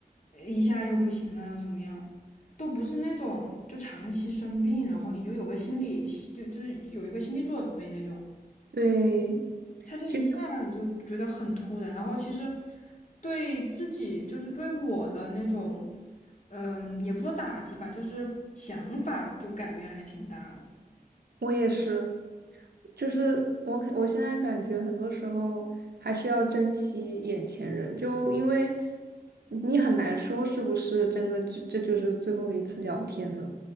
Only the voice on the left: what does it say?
一下又不行了，又怎么样了，都不是那种就长期生病，然后你就有个心理就就是有一个心理准备那种。
他这一下儿就觉得很突然，
然后其实对自己就是对我的那种，嗯，也不说打击吧，就是想法就改变还挺大的。